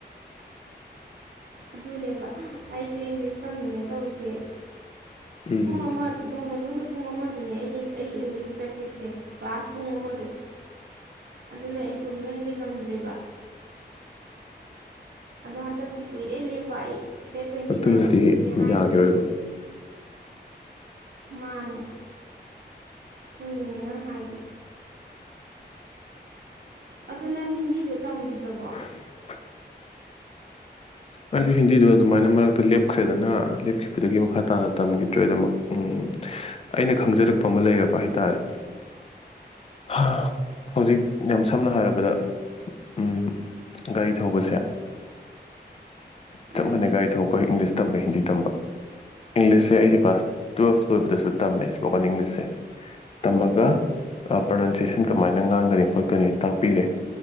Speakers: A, on the right; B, on the left.
A: ꯑꯗꯨꯅꯦꯕ ꯑꯩꯖꯨ ꯏꯪꯂꯤꯁ ꯇꯝꯃꯤꯅꯦ ꯇꯧꯔꯤꯖꯦ
B: ꯎꯝ
A: ꯄꯨꯡ ꯑꯃ ꯅꯣꯡꯃꯥ ꯃꯅꯨꯡꯗ ꯄꯨꯡ ꯑꯃꯗꯨꯅꯦ ꯑꯩꯒꯤ ꯑꯩꯒꯤ ꯏꯪꯂꯤꯁ ꯄ꯭ꯔꯦꯛꯇꯤꯁꯁꯦ ꯀ꯭ꯂꯥꯁ ꯄꯨꯡ ꯑꯃꯗꯣ ꯑꯗꯨꯅ ꯏꯝꯄ꯭ꯔꯨꯚꯃꯦꯟꯖꯦ ꯉꯝꯗ꯭ꯔꯦꯕ ꯑꯗꯣ ꯍꯟꯗꯛꯇꯤ ꯀꯨꯏꯔꯦ ꯂꯦꯞꯄ ꯑꯩ ꯗꯦꯠ ꯇ꯭ꯋꯦꯟꯇꯤ
B: ꯑꯗꯨꯅꯗꯤ
A: ꯅꯥꯏꯟꯕꯨꯛ ꯂꯦꯞꯀꯦ ꯍꯥꯏꯒꯤ
B: ꯌꯥꯈꯤꯔꯣꯏꯕ
A: ꯃꯥꯅꯦ ꯆꯨꯝꯃꯤꯅꯦ ꯅꯪ ꯍꯥꯏꯗꯣ ꯑꯗꯣ ꯅꯪ ꯍꯤꯟꯗꯤꯗꯣ ꯇꯝꯒꯤꯗ꯭ꯔꯥꯕꯣ
B: <unintelligible> ꯑꯩꯖꯨ ꯍꯤꯟꯗꯤꯗꯣ ꯑꯗꯨꯃꯥꯏꯅ ꯃꯔꯛꯇꯥ ꯂꯦꯞꯈ꯭ꯔꯦꯗꯅ ꯂꯦꯞꯈꯤꯕꯗꯒꯤ ꯃꯈꯥ ꯇꯥꯅ ꯇꯝꯒꯤꯗ꯭ꯔꯦ ꯑꯗꯨꯃꯛ ꯎꯝ ꯑꯩꯅ ꯈꯪꯖꯔꯛꯄ ꯑꯃ ꯂꯩꯔꯕ ꯍꯥꯏꯇꯥꯔꯦ ꯍꯥ ꯍꯧꯖꯤꯛ ꯌꯥꯝ ꯁꯝꯅ ꯍꯥꯏꯔꯕꯗ ꯎꯝ ꯒꯥꯔꯤ ꯊꯧꯕꯁꯦ ꯆꯞ
A: ꯎꯝ
B: ꯃꯥꯟꯅꯩ ꯒꯥꯔꯤ ꯊꯧꯄꯒ ꯏꯪꯂꯤꯁ ꯇꯝꯕ ꯍꯤꯟꯗꯤ ꯇꯝꯕ ꯏꯪꯂꯤꯁꯁꯦ
A: ꯎꯝ
B: ꯑꯩꯖꯦ ꯀ꯭ꯂꯥꯁ ꯇꯨꯌꯦꯜꯞ ꯂꯣꯏꯕꯗꯁꯨ ꯇꯝꯃꯦ ꯁ꯭ꯄꯣꯀꯟ ꯏꯪꯂꯤꯁꯁꯦ ꯇꯝꯃꯒ ꯑꯥ ꯄ꯭ꯔꯣꯅꯟꯁꯤꯑꯦꯁꯟ ꯀꯃꯥꯏꯅ ꯉꯥꯡꯒꯅꯤ ꯈꯣꯠꯀꯥꯅꯤ ꯇꯥꯛꯄꯤꯔꯦ